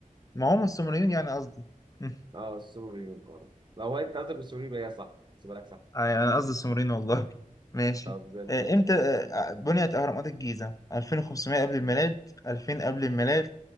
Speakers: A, on the left; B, on the right.
A: ما هم السومريين يعني قصدي <laughs>
B: اه السوري اه لو هو انت قصدك بالسوري يبقى هي صح احسبها لك صح
A: أي أنا قصدي السومريين والله <laughs> ماشي
B: طب زي الفل
A: آه، إمتى آه، بنيت أهرامات الجيزة 2500 قبل الميلاد 2000 قبل الميلاد